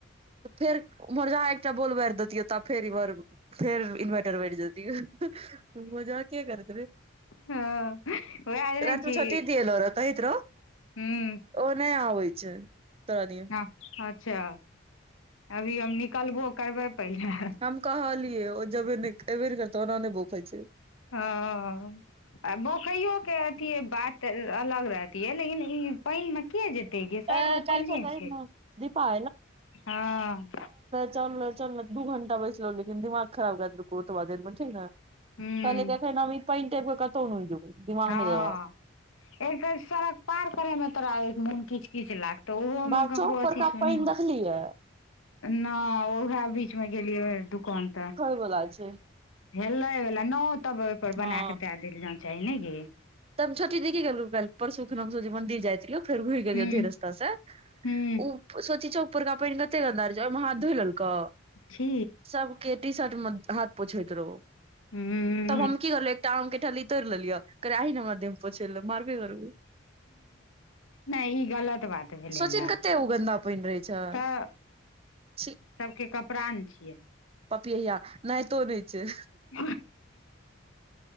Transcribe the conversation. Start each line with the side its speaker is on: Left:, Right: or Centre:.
Right: तऽ फेर उमहर जहाँ एकटा बोलबारि दैतियै तब फेर ईमहर फेर इन्वर्टर बैठ जेतियो मजाके कर देबै।
Left: हँ वएह जानै
Right: रात में
Left: छी
Right: छट दल रह कहैत रहो
Left: हूँ
Right: ओ नहि अबै छै। <unintelligible>
Left: हँ अच्छा अभी हम निकलबो करबै पहिले
Right: हम कहलियै ओ जेबे नहि एबे नहि करतै ओना नहि भूफइ छै।
Left: हँ आ बोखैयो के अथिये बात अलग रहतिये लेकिन ई पइन में के जेते। ते गै
Right: ए
Left: सगरो पइने
Right: काल्हि छोटा
Left: छै
Right: दीपा
Left: हँ।
Right: चलने-चलने दू घंटा बैसलो लेकिन दिमाग खराब कै देलको ओतबा देर मे ठीक ने
Left: हूँ
Right: कहलिये देखे न पइन देखबो कतौ न जेबौ दिमाग
Left: हँ
Right: नहि लगा
Left: एक तऽ सड़क पार करैमे तोरा एक मोन किच-किच लाग तऽ ओहो
Right: बाहर
Left: मे ककरो
Right: चौक परका
Left: अथ सुनी
Right: पानि देखलियै
Left: नहि ओहे बीचमे गेलियै रहे दुकान तऽ
Right: बोला छै।
Left: हेलैवला नौ तब ओहिपर बना
Right: हँ
Left: कऽ दै देल जान चाही नैय गै।
Right: त छोटी दीदी कि गेलो कल्हि‌। परसु खुन हम सब जे मंदिर जाइत रहियो फेर घुड़ी गेल
Left: हूँ
Right: औधै रस्ता से
Left: हूँ
Right: उ सोचि छौ ऊपर का पै कते गन्दार जा हाथ धो लेलको
Left: छी
Right: सबके टी शर्ट मे हाथ पोछैत रहो।
Left: हु
Right: तब हम की करलिये एकटा आम के ठली तोड़ लेलियै करे आहि ने हमरा देहमें पोछे ले मारबे करबै।
Left: नहि ई गलत बात भेलै
Right: सोचही
Left: ने
Right: कते ओ गन्दा पानि रहै छै
Left: तऽ
Right: छी
Left: सबके कपड़ा ने छियै।
Right: पपियहिया नहायतो नहि छै।
Left: <unintelligible>